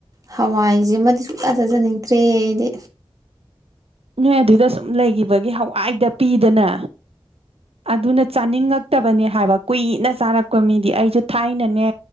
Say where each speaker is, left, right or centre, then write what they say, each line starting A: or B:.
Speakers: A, on the right; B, on the right.
A: ꯍꯋꯥꯏꯖꯤꯃꯗꯤ ꯁꯨꯡꯆꯥ ꯆꯥꯖꯅꯤꯡꯗꯔ꯭ꯦꯍꯦ ꯑꯩꯗꯤ
B: ꯅꯣꯏ ꯑꯗꯨꯗ ꯁꯨꯝ ꯂꯩꯒꯤꯕꯒꯤ ꯍꯋꯥꯏꯗ ꯄꯤꯗꯅ ꯑꯗꯨꯅ ꯆꯥꯅꯤꯡꯉꯛꯇꯕꯅꯦ ꯍꯥꯏꯕ ꯀꯨꯏꯅ ꯆꯥꯔꯛꯄ ꯃꯤꯗꯤ ꯑꯩꯖꯨ ꯊꯥꯏꯅꯅꯦ